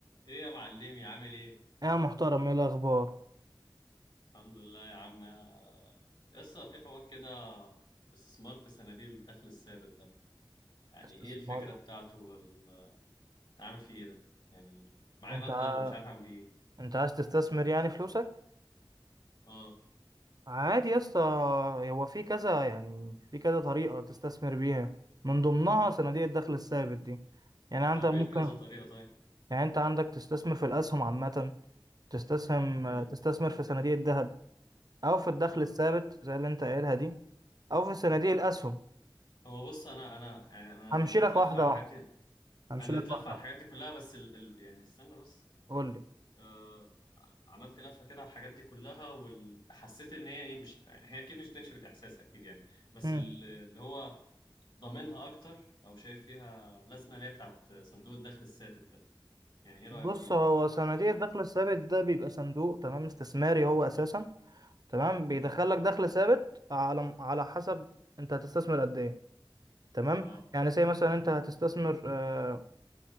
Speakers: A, on the left; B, on the right.
A: ايه يا معلمي عامل ايه
B: يا محترم ايه الاخبار
A: الحمد لله يا عم آه، لسه في حوار كده استثمار في صناديق الدخل الثابت ده يعني
B: استثمار
A: ايه الفكرة بتاعته وال- اعمل فيه ايه ده يعني معاه
B: انت
A: مبلغ
B: ع...
A: ومش عارف اعمل بيه ايه
B: انت عايز تستثمر يعني فلوسك
A: اه
B: عادي يا اسطى هو في كذا يعني في كذا طريقه تستثمر بيها من ضمنها صناديق الدخل الثابت دي يعني
A: طب
B: انت ممكن
A: ايه كذا طريقة طيب
B: يعني انت عندك تستثمر في الاسهم عامه تستسهم
A: امم
B: تستثمر في صناديق الذهب او في الدخل
A: اه
B: الثابت زي اللي انت قايلها دي او في صناديق الاسهم
A: هو بص انا انا يعني انا
B: همشي
A: اديت
B: لك
A: لفة
B: واحده
A: على الحاجات
B: واحده
A: دي
B: همشي
A: انا
B: لك
A: اديت لفة
B: واحده
A: على
B: واحده
A: الحاجات دي كلها بس ال... ال... يعني استنى بس
B: قول
A: آه عملت لفة كده على الحاجات دي كلها وحسيت ان هي ايه مش هي اكيد مش بتمشي بالاحساس اكيد يعني بس
B: لي
A: ال- اللي هو ضامنها اكتر او شايف فيها لازمه اللي هي بتاعت صندوق الدخل الثابت ده يعني ايه رايك
B: بص
A: فيه
B: هو صناديق الدخل الثابت ده بيبقى صندوق تمام استثماري هو اساسا تمام
A: امم
B: بيدخلك دخل ثابت على على حسب انت هتستثمر قد ايه تمام
A: اه
B: يعني زي مثلا انت هتستثمر آه،